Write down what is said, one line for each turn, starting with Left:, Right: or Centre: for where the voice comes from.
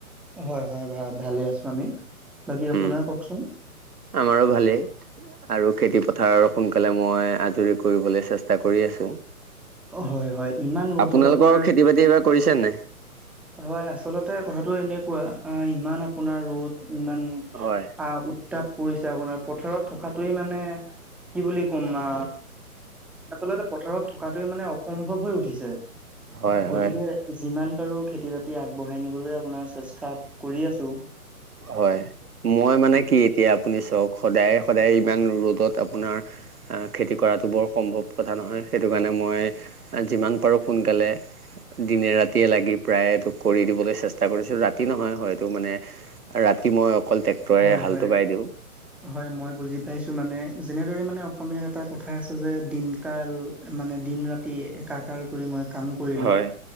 Centre: হয় হয় ভাল ভালে আছো আমি। বাকী আপোনাৰ
Right: উম
Centre: কওকচোন
Right: আমাৰো ভালেই। আৰু খেতি পথাৰ সোনকালে মই আজৰি কৰিবলে চেষ্টা কৰি আছো।
Centre: হয় হয় ইমান ৰ'দত
Right: আপোনালোকৰ
Centre: আপোনাৰ
Right: খেতি বাতি এইবাৰ কৰিছে নে?
Centre: হয় আচলতে কথাটো এনেকুৱা আহ ইমান আপোনাৰ ৰ'দ। ইমান
Right: হয়।
Centre: আহ উত্তাপ পৰিছে আপোনাৰ পথাৰত থকাতোৱে মানে কি বুলি ক'ম না। আচলতে পথাৰত থকাটোৱে মানে অসম্ভৱ হৈ উঠিছে।
Right: হয়
Centre: গতিকে
Right: হয়
Centre: যিমান পাৰো খেতি বাতি আগবঢ়াই নিবলৈ আপোনাৰ চেষ্টাত কৰি আছো।
Right: হয়। মই মানে কি এতিয়া আপুনি চাওক সদায় সদায় ইমান ৰ'দত আপোনাৰ খেতি কৰাটো বৰ সম্ভৱ কথা নহয়। সেইটো কাৰণে মই যিমান পাৰোঁ সোনকালে দিনে ৰাতিয়ে লাগি প্ৰায়টো কৰি দিবলৈ চেষ্টা কৰিছো। ৰাতি নহয় হয়টো মানে ৰাতি মই অকল ট্ৰেক্টৰে
Centre: হয়
Right: হালটো
Centre: হয়
Right: বাই দিওঁ
Centre: হয় মই বুজি পাইছো মানে। যেনেদৰে মানে অসমীয়াত এটা কথা আছে যে দিনকাল মানে দিন ৰাতি একাকাৰ কৰি মই কাম কৰিলো
Right: হয়